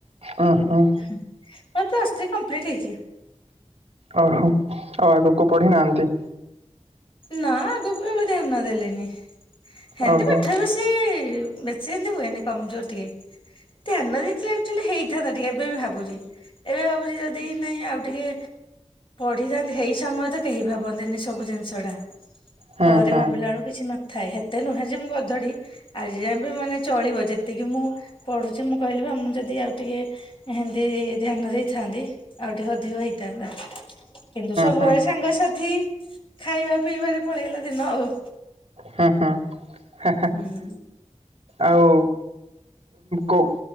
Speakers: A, on the right; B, on the left.
A: ଉଁ ଉଁ ଓହୋ
B: ମୋର ପ୍ଲସ ଥ୍ରୀ କମ୍ପ୍ଲିଟ୍ ହେଇଚି।
A: ଓହୋ ଆଉ ଆଗକୁ ପଢି ନାହାନ୍ତି?
B: ନା ଆଗକୁ ବି ମୁଁ ଧ୍ୟାନ ଦେଲିନି ହେନ୍ତି
A: ଓହୋ
B: ପାଠରେ ବେଶୀ ସି ବେଶୀ ଏମିତି ହୁଏନି କମଜୋର୍ ଟିକେ ଧ୍ୟାନ ଦେଇଥିଲେ ଆକଚୁଲି ହେଇଥାନ୍ତା ଟିକେ ଏବେ ବି ଭାବୁଚି ଏବେ ଭାବୁଚି ଯଦି ନାହିଁ ଆଉ ଟିକେ ବିଥାନ୍ତି ହେଇ ସମୟ ତ କେହି ଭାବନ୍ତିନି ସବୁ ଜିନିଷ ଟା
A: ହୁଁ
B: ପରେ
A: ହୁଁ ହୁଁ
B: ଭାବିଲା ବେଳୁ କିଛି ନ ଥାଏ ହେତେ ନୁହେଁ ଯେ ମୁଁ ଗଧଡି ଆଜି ଯାଏ ମାନେ ଚଳିବ ଯେତ୍ ହେତିକି ମୁଁ ପଢୁଚି ମୁଁ କହିଲି ବା ମୁଁ ଯଦି ଆଉ ଟିକେ ହେନ୍ତି ଧ୍ୟାନ ଦେଇଥାନ୍ତି ଆଉ ଟିକେ ଅଧିକ ହେଇଥାନ୍ତା। କିନ୍ତୁ ସବୁବେଳେ
A: ହୁଁ
B: ସାଙ୍ଗସାଥି ଖାଇବା ପିଇବାରେ ପଳେଇଲା ଦିନ ଆଉ।
A: ହୁଁ ହୁଁ ହେଁ ହେଁ।
B: ହୁଁ
A: ଆଉ କୋ